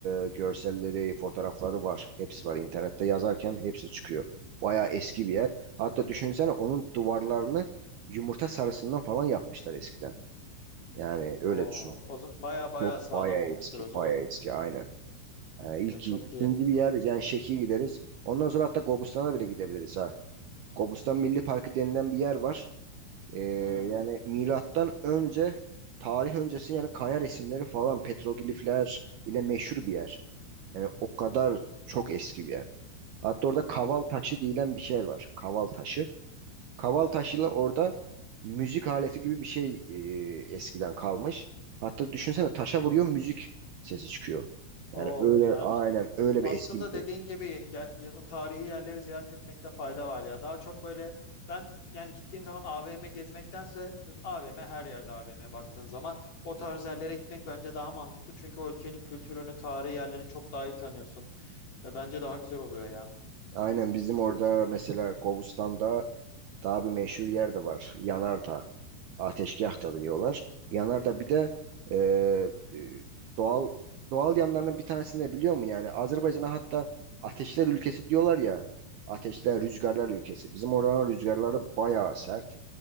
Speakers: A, on the right; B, on the left.
A: e, görselleri, fotoğrafları var. Hepsi var internette yazarken hepsi çıkıyor. Bayağı eski bir yer. Hatta düşünsene onun duvarlarını yumurta sarısından falan yapmışlar eskiden. Yani öyle
B: Oo,
A: düşün.
B: o zaman baya baya
A: Çok
B: sağlam
A: bayağı
B: olmuştur
A: eski,
B: o zaman.
A: bayağı eski aynen. Ee, ilk,
B: E, çok
A: ikinci
B: iyi.
A: bir yer yani Şeki'ye gideriz. Ondan sonra hatta Gobustan'a da bile gidebiliriz ha. Gobustan Milli Parkı denilen bir yer var. Ee,
B: Hmm,
A: yani milattan önce tarih öncesi yani kaya resimleri falan petroglifler ile meşhur bir yer. Yani o kadar çok eski bir yer. Hatta orada kaval
B: hmm.
A: taşı denilen bir şey var. Kaval taşı. Kaval taşıyla orada müzik aleti gibi bir şey e, eskiden kalmış. Hatta düşünsene taşa vuruyor müzik sesi çıkıyor.
B: Oo,
A: Yani öyle
B: güzelmiş.
A: aynen öyle
B: Aslında
A: bir eski bir şey.
B: dediğin gibi ya- ya- o tarihi yerleri ziyaret etmekte fayda var ya. Daha çok böyle ben yani gittiğim zaman AVM gezmektense AVM her yerde AVM baktığın zaman o tarz yerlere gitmek bence daha mantıklı. Çünkü o ülkenin kültürünü, tarihi yerlerini çok daha iyi tanıyorsun. Ve bence daha güzel oluyor ya.
A: Aynen bizim orada mesela Kobustan'da daha bir meşhur yer de var. Yanardağ. Ateşgah da diyorlar. Yanardağ bir de e, e, doğal doğal yanlarının bir tanesini de biliyor mu? Yani Azerbaycan'a hatta ateşler ülkesi diyorlar ya. Ateşler, rüzgarlar ülkesi. Bizim oranın rüzgarları bayağı sert.